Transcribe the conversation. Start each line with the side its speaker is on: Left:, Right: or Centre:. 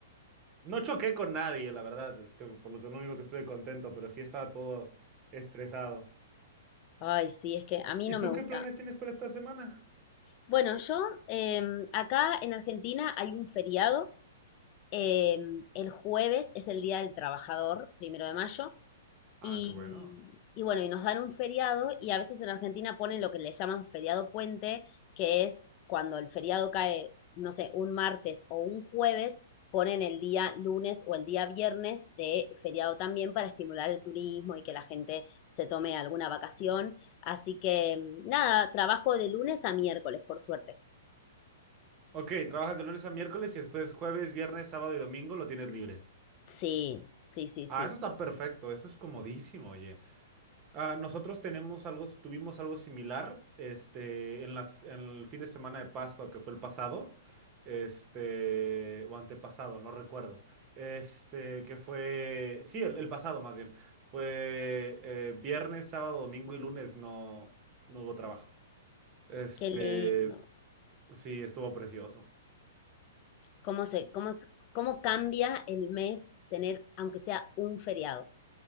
Right: No choqué con nadie, la verdad, es que por lo que lo único que estuve contento, pero sí estaba todo estresado.
Left: Ay, sí, es que a mí
Right: ¿Y
Left: no
Right: tú
Left: me gusta.
Right: qué planes tienes para esta semana?
Left: Bueno, yo em, acá en Argentina hay un feriado. em, el jueves es el Día del Trabajador, primero de mayo. Y,
Right: Ah, qué bueno.
Left: y bueno, y nos dan un feriado y a veces en Argentina ponen lo que le llaman feriado puente, que es cuando el feriado cae, no sé, un martes o un jueves, ponen el día lunes o el día viernes de feriado también para estimular el turismo y que la gente se tome alguna vacación. Así que mm, nada, trabajo de lunes a miércoles, por suerte.
Right: Ok, trabajas de lunes a miércoles y después jueves, viernes, sábado y domingo lo tienes libre.
Left: Sí, sí, sí, sí.
Right: Ah, eso está perfecto, eso es comodísimo, oye. Ah, nosotros tenemos algo, tuvimos algo similar, este, en las, en el fin de semana de Pascua, que fue el pasado, este, o antepasado, no recuerdo, este, que fue, sí, el, el pasado más bien, fue eh, viernes, sábado, domingo y lunes no, no hubo trabajo. Este,
Left: Qué lindo.
Right: sí, estuvo precioso.
Left: ¿Cómo se, cómo, se- cómo cambia el mes tener, aunque sea un feriado?